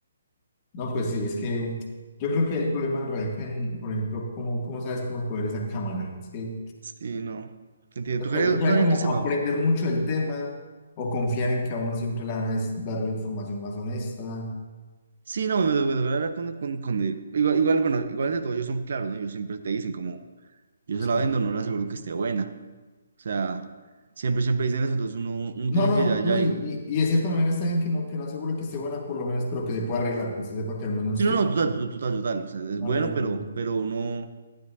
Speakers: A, on the left; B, on the right.
A: No, pues sí, es que yo creo que el problema radica en, por ejemplo, cómo, cómo sabes cómo escoger esa cámara. Es que
B: Sí, no. Entiendo.
A: toca-
B: Tocaría
A: toca
B: con alguien
A: como
B: que sepa.
A: aprender mucho del tema o confiar en que a uno siempre le van a des- dar la información más honesta.
B: Sí, no, me, do- me tocará hablar con, con, con él. Igual, igual, bueno, igual de todo, ellos son claros, ¿no? Ellos siempre te dicen como, yo
A: ¿sí?
B: se la vendo, no le aseguro que esté buena. O sea, siempre, siempre dicen eso, entonces uno, uno
A: No,
B: tiene
A: no,
B: que ya, ya.
A: no, y, y, y de cierta manera está bien que no, que no asegure que esté buena por lo menos, pero que se pueda arreglar, que se sepa que al menos
B: Sí, no,
A: tiene
B: no, total,
A: un
B: total, total. total. O sea, es
A: arreglo.
B: bueno, pero,
A: pues,
B: pero uno,